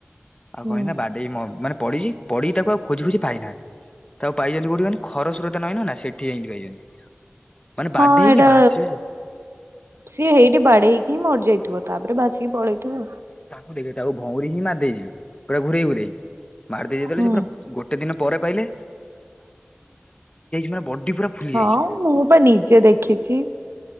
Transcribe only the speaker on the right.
ହୁଁ
ହଁ
ଏଇଟା
ସିଏ ହେଇଟି ବାଡେଇ ହେଇକି ହିଁ ମରଯାଇ ଥିବ ତାପରେ ବାଛିକି ପଳେଇଥିବ।
ହୁଁ
ହଁ
ମୁଁ ତ ନିଜେ ଦେଖଚି